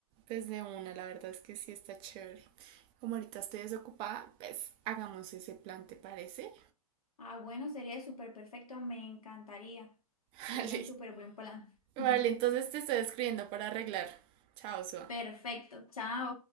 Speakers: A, on the right (about 30°); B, on the left (about 75°).
A: Pues de una, la verdad es que sí está chévere. Como ahorita estoy desocupada, pues hagamos ese plan, ¿te parece?
B: Ah, bueno, sería súper perfecto, me encantaría. Sería
A: <laughs> Vale,
B: un súper buen plan.
A: Vale,
B: <laughs>
A: entonces te estoy escribiendo para arreglar. Chao, Sua.
B: Perfecto, chao.